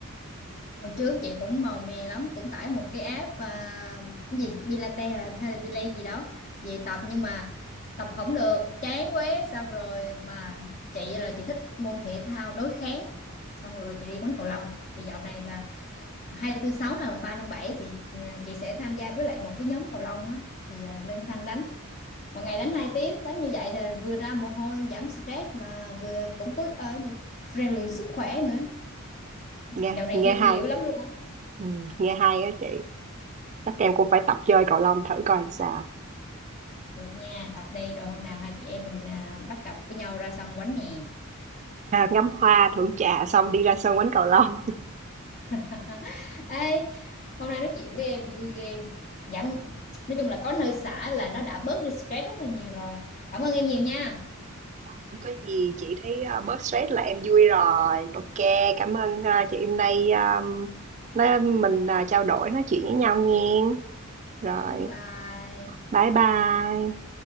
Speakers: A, on the left; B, on the right.
A: Hồi trước chị cũng màu mè lắm Cũng tải một cái app à, cái gì Pilates à, hay là Belay gì đó Về tập nhưng mà tập không được chán quá xong rồi mà chị là chị thích môn thể thao đối kháng xong rồi chị đi quánh cầu lông thì dạo này là hai tư sáu hoặc là ba năm bảy thì nhà chị sẽ tham gia với lại một cái nhóm cầu lông á thì à, lên sân đánh một ngày đánh hai tiếng đánh như vậy là vừa ra mồ hôi giảm stress mà vừa cũng có ờ, gì rèn luyện sức khỏe nữa
B: nghe
A: dạo này
B: nghe
A: healthy
B: hay
A: dữ lắm luôn á
B: ừ, nghe hay á chị chắc
A: ừ,
B: em cũng phải tập chơi cầu lông thử coi sao
A: được nha tập đây rồi hôm nào hai chị em mình à, bắt cặp với nhau ra sân quánh nè
B: à, ngắm hoa thưởng trà xong đi ra sân quánh cầu lông
A: <laughs> Ê, hôm nay nói chuyện với em vui ghê. Giảm, nói chung là có nơi xả là nó đã bớt đi stress rất là nhiều rồi. Cảm ơn em nhiều nha.
B: Không có gì chị thấy ờ, bớt stress là em vui rồi ok cảm ơn ờ, chị hôm nay um, nói mình ờ, trao đổi nói chuyện với nhau nha rồi
A: Bye bye.
B: bye bye